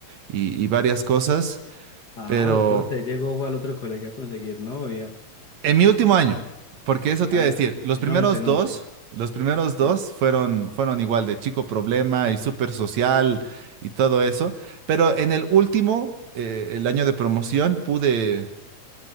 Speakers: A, on the right; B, on the left.
A: y y varias cosas,
B: ah,
A: pero...
B: usted, usted llegó fue al otro colegio a conseguir novia.
A: En mi último año, porque eso te
B: Ah,
A: iba a decir, los
B: en
A: primeros
B: 11 en
A: dos,
B: 11.
A: los primeros dos
B: Sí.
A: fueron, fueron igual de chico problema y súper social y todo eso, pero en el último, eh, el año de promoción, pude,